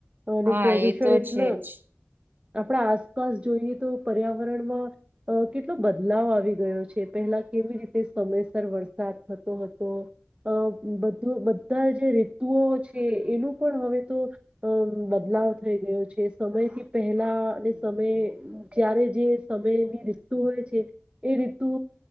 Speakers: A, on the right; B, on the right.
A: અને
B: હા
A: પ્રદુષણ
B: એ તો
A: <unintelligible>
B: છે જ
A: આપણા આસપાસ જોઈએ તો પર્યાવરણમાં કેટલો બદલાવ આવી ગયો છે પે પેલા કેવી રીતે સમયસર વરસાદ થતો હતો અ બધું બધા જે રેતુઓ છે એનું પણ હવે તો અ બદલ બદલાવ થઈ ગયો છે સમયથી પહેલા અને સમય જ્યારે જે સમયની રી હોય છે એ રીતુ